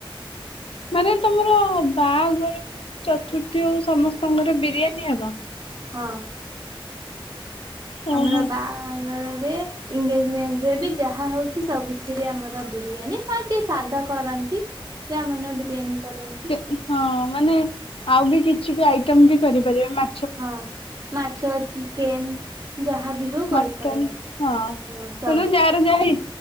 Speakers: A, on the left (about 75°); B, on the right (about 40°).
A: ମାନେ ତମର ବାହାଘର ହୋଉ ଚତୁର୍ଥୀ ହୋଉ ସମସ୍ତଙ୍କର ବିରିୟାନୀ ହେବ।
B: ହଁ।
A: ଓହୋ
B: ଆମର ବାହାଘରରେ ଏନ୍‌ଗେଜମେଣ୍ଟରେ ବି ଯାହା ହଉଛି ସବୁଥିରେ ଆମର ବିରିୟାନୀ ହଁ କି ସାଦା କରନ୍ତି। ସେ ଆମନେ ବିରିୟାନୀ କରନ୍ତି।
A: ହଁ ମାନେ ଆଉ ବି କିଛି ବି ଆଇଟମ ବି କରିପାରିବେ ମା
B: ହଁ ମାଛ ଚିକେନ ଯାହାବି ହୋଉ
A: ମଟନ
B: କରିପାରନ୍ତି।
A: ହଁ।
B: <unintelligible>
A: ଯାହାର ଇ